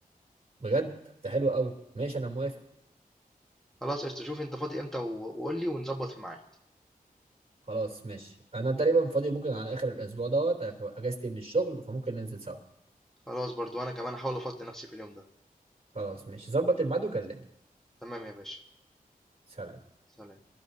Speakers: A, on the right; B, in the centre.
A: بجد طب ده حلو قوي ماشي انا موافق
B: خلاص قشطة شوف انت فاضي امتى و- وقول لي ونظبط في ميعاد
A: خلاص ماشي انا تقريبا فاضي ممكن على اخر الاسبوع دوت آخر- اجازتي من الشغل فممكن ننزل سوا
B: خلاص برضو انا كمان هحاول افضي نفسي في اليوم ده
A: خلاص ماشي ظبط الميعاد وكلمني
B: تمام يا باشا
A: سلام
B: سلام